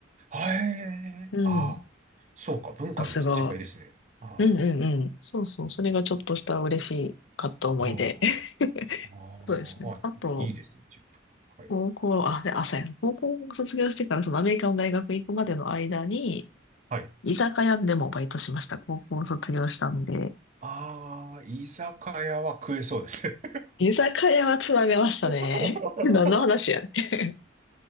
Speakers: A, on the right; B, on the left.
A: はい。
B: うん。
A: ああ、そうか、文化の違いですね。
B: さすが。
A: ああ、
B: うんうんうん。そうそう。それがちょっとした嬉しかった思い出。
A: ああ
B: <laughs>
A: ああ、
B: そうですね。あと、
A: いいですね、チップ。はい。
B: 高校、あ、で、あ、そうやな。高校を卒業してから、そのアメリカの大学行くまでの間に、
A: はい。
B: 居酒屋でもバイトしました。高校を卒業したんで。
A: ああ、居酒屋は食えそうです。
B: 居酒屋はつまめましたね。
A: <laughs>
B: <laughs> 何の話やねん。